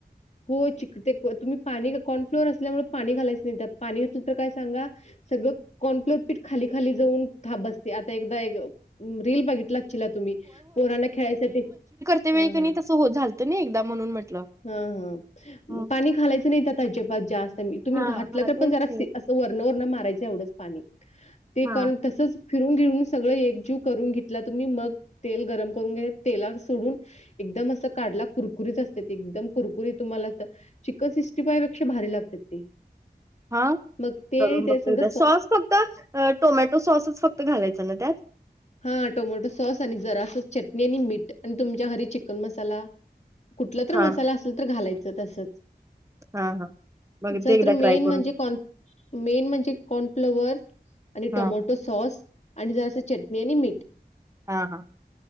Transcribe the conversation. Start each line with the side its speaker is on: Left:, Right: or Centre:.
Left: हो चिक ते तुम्ही पाणी कॉर्नफ्लोअर असल्यामुळे पाणी घालायचं नाही त्यात पाणी असल तर काय सांगा सगळं कॉनफ्लोर पीठ खाली खाली जाऊन थांब आता एकदा एक रील बघितला अचिला तुम्ही पोरांना खेळायसाठी
Right: त्या
Left: हां,
Right: वेळी कनी तसं होत झालतं नाही एकदा म्हणून म्हटलं.
Left: हा हा.
Right: ह
Left: पाणी घालायचं नाही त्यात अजिबात जास्त तुम्ही
Right: हा
Left: घातलं
Right: हा
Left: तर
Right: तेच
Left: पण जरा
Right: की
Left: असं वर्ण वर्ण मारायचं एवढंच पाणी ते
Right: हा
Left: करून तसंच फिरून घिऊून सगळं एकजीव करून घेतला तुम्ही मग तेल गरम करून घे तेला सोडून -- एकदम असं काढला कुरकुरीत असतय एकदम कुरकुरीत तुम्हाला तर चिकन सिक्स्टी फाय पेक्षा भारी लागत्यात ते
Right: हा
Left: मग ते
Right: करून
Left: आणि त्याच्यासंग
Right: बघतो एकदा. सॉस फक्त टोमॅटो सॉसच फक्त घालायचं ना त्यात?
Left: हा टोमॅटो सॉस आणि जरास चटणी आणि मीठ आणि तुमच्या हरी चिकन मसाला कुठला तर
Right: हा
Left: मसाला असल तर घालायचं तसंच त्याच्यात
Right: हा हा बघते एकदा
Left: तर मेन
Right: ट्राय करून
Left: म्हणजे कॉर्न मेन म्हणजे कॉर्नफ्लॉवर आणि
Right: हा
Left: टोमॅटो सॉस आणि जरास चटणी मेनीमीट
Right: हा हा